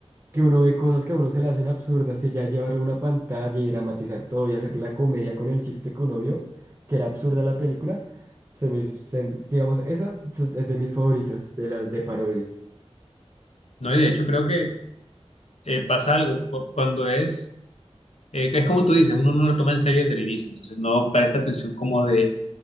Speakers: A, on the right; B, on the left.
A: que uno ve cosas que a uno se le hacen absurdas y ya llevarle una pantalla y dramatizar todo y hacer la comedia con el chiste que uno vio, que era absurda la película, se me, hizo- se, digamos, esa so- es de mis favoritas, de las de parodias.
B: No, y de hecho creo que eh, pasa algo cu- cuando es, eh, es como tú dices, uno no lo toma en serio desde el inicio, entonces no presta atención como de,